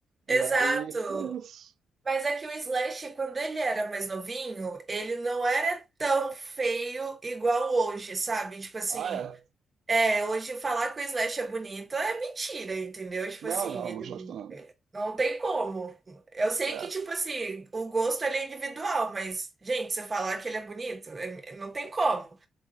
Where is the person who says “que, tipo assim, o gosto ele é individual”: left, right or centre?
Right